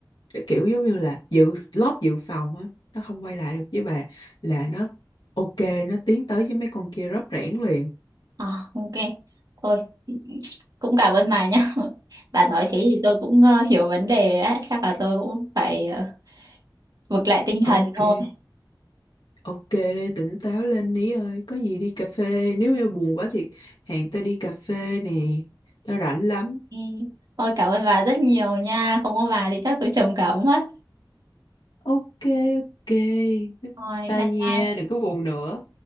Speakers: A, on the left; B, on the right.
A: Kiểu giống như là dự lót dự phòng á, nó không quay lại được với bà là nó ok, nó tiến tới với mấy con kia rớp rẻn liền.
B: À, ok. Thôi, cũng cảm ơn bà nhá. <laughs> Bà nói thế thì tôi cũng ờ, hiểu vấn đề á. Chắc là tôi cũng phải ờ, vực lại tinh
A: Ok,
B: thần thôi.
A: ok, tỉnh táo lên ní ơi, có gì đi cà phê, nếu yêu buồn quá thì hẹn tao đi cà phê nè, tao rảnh lắm.
B: Ừ. Thôi cảm ơn bà rất nhiều nha. Không có bà thì chắc tôi trầm cảm mất.
A: Ok, ok, bye
B: Rồi,
A: bye
B: bye
A: nha,
B: bye,
A: đừng có buồn nữa.